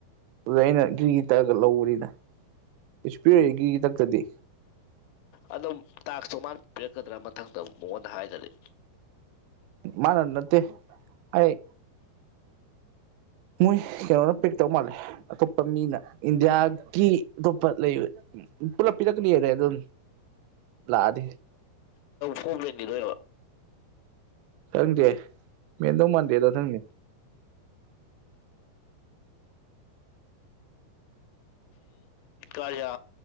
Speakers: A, on the right (about 85°); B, on the left (about 80°).
A: ꯑꯗꯨꯗ ꯑꯩꯅ ꯘ꯭ꯔꯤꯒꯤ ꯇꯛꯑꯒ ꯂꯧꯕꯅꯤꯗ ꯀꯩꯁꯨ ꯄꯤꯔꯛꯑꯣꯏ ꯘ꯭ꯔꯤꯒꯤ ꯇꯛꯇꯗꯤ
B: ꯑꯗꯣ ꯇꯥꯛꯇꯣ ꯃꯥꯅ ꯄꯤꯔꯛꯀꯗ꯭ꯔꯥ ꯃꯊꯪꯗ ꯃꯉꯣꯟꯗ ꯍꯥꯏꯗꯔꯗꯤ
A: ꯃꯥꯅ ꯅꯠꯇ ꯑꯩ ꯃꯣꯏ ꯀꯩꯅꯣꯅ ꯄꯤꯛ ꯇꯧ ꯃꯥꯜꯂꯦ ꯑꯇꯣꯞꯄ ꯃꯤꯅ ꯏꯟꯗꯤꯌꯥꯒꯤ ꯑꯇꯣꯞꯄ ꯂꯩꯕ ꯎ ꯄꯨꯂꯞ ꯄꯤꯔꯛꯂꯤꯅꯦ ꯑꯗꯨꯝ ꯂꯥꯛꯑꯗꯤ
B: ꯄꯣꯝ ꯂꯦꯝꯒꯤꯗꯣꯏꯔꯕ
A: ꯈꯪꯗꯦ ꯃꯦꯟꯗꯧ ꯃꯥꯟꯗꯦꯗꯣ ꯊꯪꯗꯤ
B: ꯀꯔꯌꯥ